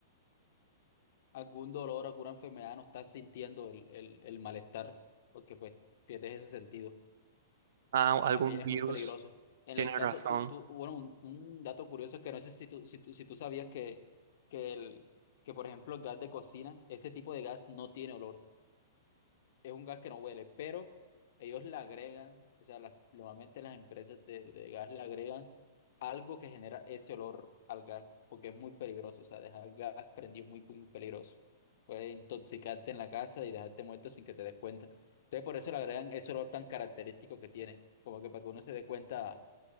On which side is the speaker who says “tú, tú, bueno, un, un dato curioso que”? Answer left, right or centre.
Left